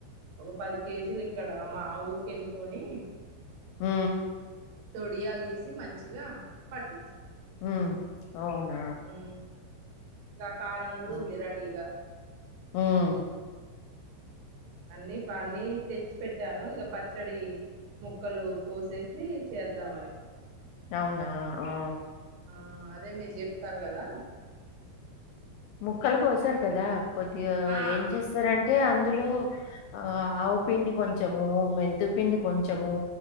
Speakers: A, on the right; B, on the left.
A: ఒక పది కేజీలు ఇక్కడ మా ఊరికి వెళ్ళికొని
B: ఉ
A: తొడియాలు తీసి మంచిగా పట్టించాం
B: ఉ అవును
A: ఉ నా కారం కూడా
B: హ్మ్.
A: ఉంది రడీగా
B: హ్మ్.
A: అన్ని అన్ని తెచ్చి పెట్టాను ఇగ పచ్చడి ముక్కలు కోసేసి చేద్దామని
B: అవునా ఓ
A: ఆ అదే మీరు చెప్తారు కదా
B: ముక్కలు కోసారు కదా కొద్దిగా
A: ఆ
B: ఏం చేస్తారం ఏ అందులో ఆ ఆవపిండి కొంచము, మెంత పిండి కొంచము